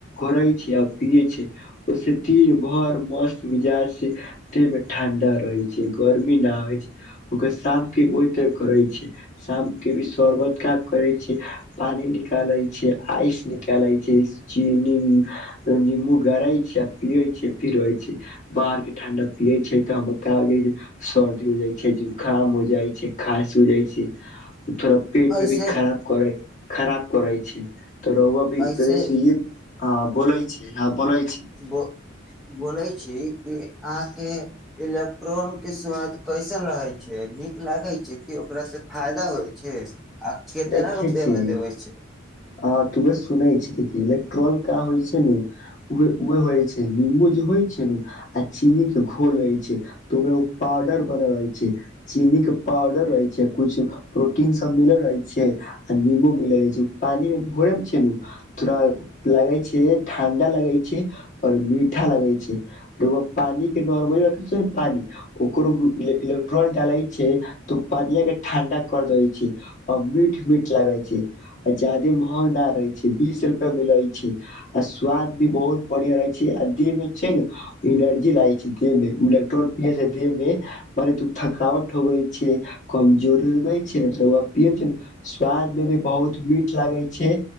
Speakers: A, on the left; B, in the centre.
A: घोरइ छी आ पिए छी ओ से दिन भर मस्त मिजाज से दे मे ठंडा रहै छै गर्मी ना होइ छै ओकर शाम के ओइत करै छै शाम के भी शर्बत काज करै छियै पानि निकालै छियै आइस निकालै छी चीनी निम्बू गड़ै छीये आ पियै छी फिरै छी बाहरके ठण्डा पियै छी तऽ हमरा बुखार होजेय छै सर्दी हो जाइ छै जुकाम हो जाइ छै खाँसी हो जाइ छै थोड़ा पेट
B: ऐसे
A: मे भी खराब करै खराब करै छै तऽ रउआ भी
B: ऐसे
A: रौआस इहे आ बोलै छै हँ बोलेत
B: बो बोलै छी कि अहाँके इलेक्ट्रॉनक के स्वाद कैसन रहै छै नीक लागै छै कि ओकरा से फायदा होइ छै आ केतना
A: देखै
B: रुपआ
A: छी
B: मे देबै छै
A: आहा त उहे सुने छी देख इलेक्ट्रोल का होय छै नू उहे उहे होय छै नीमबू जे होइ छै नू आ चीनी के घोल रहय छै त ओमे पाउडर बनल रहे छै चीनी के पाउडर रहै छै कुछु प्रोटीन सब मिलल रहै छै छियै आ निबू भि ले जाय छियै पानी मे घोरैयम छियै नु थोड़ा लगे छै ठंडा लगे छै और मीठा लगे छै रैआ पानी के नॉर्मल रखै छै पानी ओकरो इलेक्ट्रोल डाले छीये तऽ पानिया के ठंडा कर दे छिये मीट मीठ लागे छै आ जादे महंगा रहे छै बीस रुपए मिले छै आ स्वाद भी बहुत बढ़िया रहे छै आ एमे छ नु एनर्जी लागै छै देह मे इलेक्ट्रोल पिय से देह मे मने तू थकावट होगई छै कमजोर हो गई छै ने त रौआ प छै स्वाद मे भी बहुत मीठ लागे छै